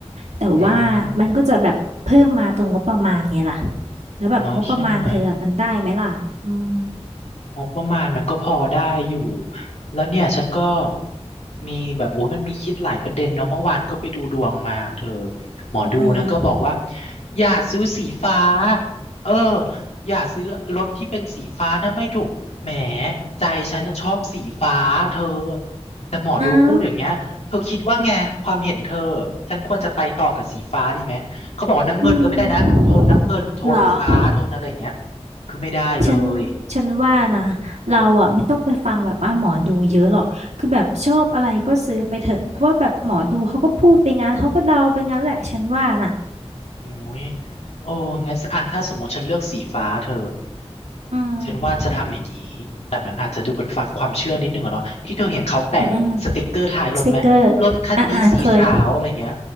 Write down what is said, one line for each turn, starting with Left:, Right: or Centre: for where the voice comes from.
Right: แต่ว่ามันก็จะแบบเพิ่มมาตรงงบประมาณไงล่ะ
Left: อืม
Right: แล้วแบบงบประมาณเธออะมันได้ไหมล่ะอืม
Left: เนาะใช่ไหม งบประมาณมันก็พอได้อยู่แล้วเนี่ยฉันก็มีแบบโอ้ยมันมีคิดหลายประเด็นเนาะเมื่อวานก็ไปดูดวงมาเธอหมอดูนะก็บอกว่า
Right: อืม
Left: อย่าซื้อสีฟ้าเอออย่าซื้อรถที่เป็นสีฟ้านะไม่ถูกแหมใจฉันน่ะชอบสีฟ้าเธอแต่หมอดูพูดอย่างเงี้ยเธอคิดว่าไงความเห็นเธอ
Right: อมอ้าว
Left: ฉันควรจะไปต่อกับสีฟ้าดีไหมเขาบอกว่าน้ำเงินก็ไม่ได้นะโทนน้ำเงินโทนฟ้าโทนอะไรอย่างเงี้ย
Right: อืมเหรอ
Left: คือไม่ได้เลย
Right: ฉันฉันว่านะเราอ่ะไม่ต้องไปฟังแบบว่าหมอดูเยอะหรอกคือแบบชอบอะไรก็ซื้อไปเถอะเพราะว่าแบบหมอดูเขาก็พูดไปงั้นเขาก็เดาไปงั้นแหละฉันว่าน่ะ
Left: โอ้ยโอ้งั้นสอ่ะถ้าสมมติฉันเลือกสีฟ้าเธอ
Right: อืม
Left: ฉันว่าจะทำอย่างนี้แต่มันอาจจะดูเป็นฝากความเชื่อนิดนึงอะเนาะที่เธอเห็นเขาแปะสติกเกอร์ท้ายรถไหมรถคันนี้สีขาวอะไรเงี้ย
Right: อืมอืมสติกเกอร์อ่าอ่าเคย